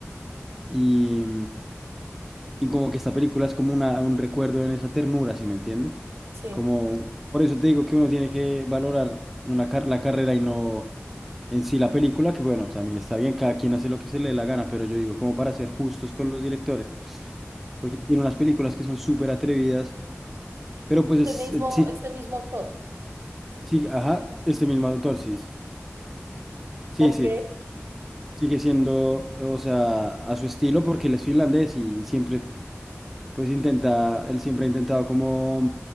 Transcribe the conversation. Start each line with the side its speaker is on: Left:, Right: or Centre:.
Centre: y... Y como que esta película es como una, un recuerdo en esa ternura, ¿sí me entiendes?
Right: sí.
Centre: Como, por eso te digo que uno tiene que valorar una car- la carrera y no en sí la película, que bueno, también está bien, cada quien hace lo que se le dé la gana, pero yo digo, como para ser justos con los directores, porque tiene unas películas que son súper atrevidas, pero pues
Right: Este
Centre: es-
Right: mismo,
Centre: eh, sí,
Right: este mismo actor.
Centre: sí, ajá, este mismo autor, sí, sí,
Right: Ok.
Centre: sí, sigue siendo, o sea, a su estilo, porque él es finlandés y siempre pues intenta, él siempre ha intentado como